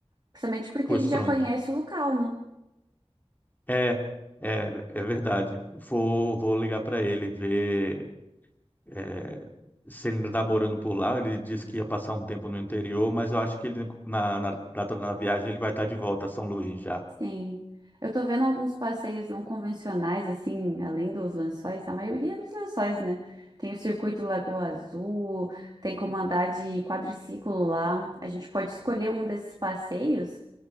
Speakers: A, on the right; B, on the left.
A: Principalmente porque
B: Pois
A: ele já
B: pronto.
A: conhece o local, né?
B: É, é, é verdade. Vou, vou ligar para ele, ver é, se ele ainda está morando por lá. Ele disse que ia passar um tempo no interior, mas eu acho que ele, na, na data da viagem ele vai estar de volta a São Luís já.
A: Sim. Eu tô vendo alguns passeios não convencionais, assim, além dos lençóis, a maioria é nos lençóis, né? Tem o circuito Lagoa Azul, tem como andar de quadriciclo lá. A gente pode escolher um desses passeios